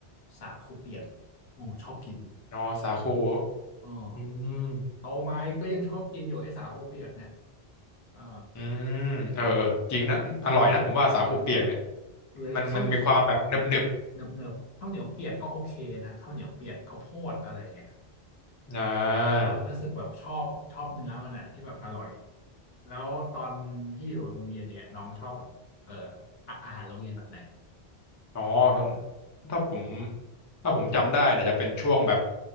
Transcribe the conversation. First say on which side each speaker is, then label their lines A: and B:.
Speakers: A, on the left; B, on the left.
A: สาคูเปียกโอ้ชอบกิน
B: นอสาคู
A: อ๋อ
B: อืม
A: โตมาก็ยังชอบกินอยู่ไอ้สาคูเปียกเนี่ยอ่า
B: อืมเออเออจริงนะอร่อยนะผมว่าสาคูเปียกเนี่ย
A: อร่อยอร่อยหรือข้าว
B: มันมันมีความแบบหนึบ
A: เนิบๆข้าวเหนียวเปียกก็โอเคนะข้าวเหนียวเปียกข้าวโพดอะไรอย่างเงี้ย
B: ๆอ่า
A: ก็รู้สึกแบบชอบชอบเนื้อมันอ่ะที่แบบอร่อยแล้วตอนที่อยู่โรงเรียนเนี่ยน้องชอบแบบเอออะอาหารโรงเรียนแบบไหน
B: อ๋อตอนถ้าผมถ้าผมจำได้เนี่ยจะเป็นช่วงแบบ